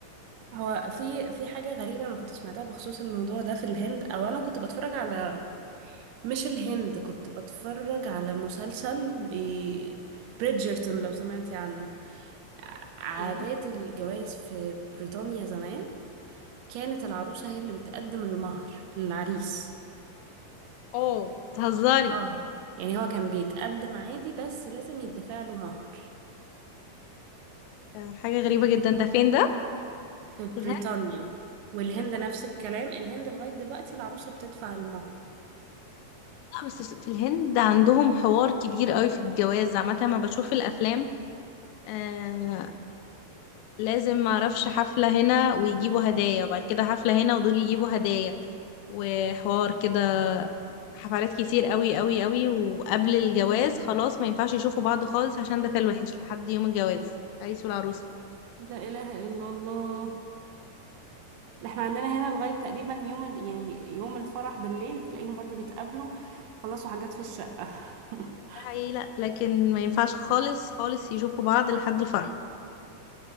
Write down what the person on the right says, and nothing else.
هو في في حاجة غريبة أنا كنت سمعتها بخصوص الموضوع ده في الهند أو أنا كنت بتفرج على مش الهند كنت بتفرج على مسلسل ب بريدجرتون لو سمعتي عنه ع- عادات
الجواز في بريطانيا زمان كانت العروسة هي اللي بتقدم المهر للعريس
اه يعني هو كان بيتقدم عادي بس لازم يدفع له مهر
في بريطانيا
والهند
نفس الكلام الهند لغاية دلوقتي العروسة بتدفع المهر
لا إله إلا الله ده احنا عندنا هنا لغاية تقريبا يوم ال- يعني يوم الفرح بالليل بتلاقيهم برضو بيتقابلوا خلصوا حاجات في الشقة <laughs>